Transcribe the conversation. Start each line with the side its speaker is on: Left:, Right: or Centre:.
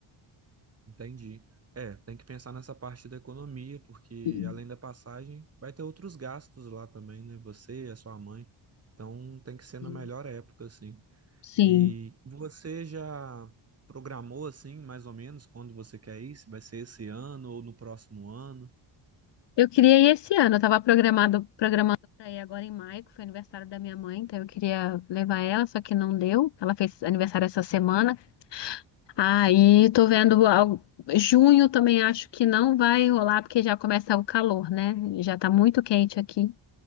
Right: Entendi. É, tem que pensar nessa parte da economia, porque
Left: Hum.
Right: além da passagem, vai ter outros gastos lá também, né? Você, e a sua mãe. Então tem que ser
Left: Sim.
Right: na melhor época, assim.
Left: Sim.
Right: E você já programou, assim, mais ou menos, quando você quer ir? Se vai ser esse ano ou no próximo ano?
Left: Eu queria ir esse ano. Eu tava programado, programando para ir agora em maio, que foi aniversário da minha mãe, então eu queria levar ela, só que não deu. Ela fez aniversário essa semana. Aí tô vendo algo- junho também acho que não vai rolar, porque já começa o calor, né? Já tá muito quente aqui.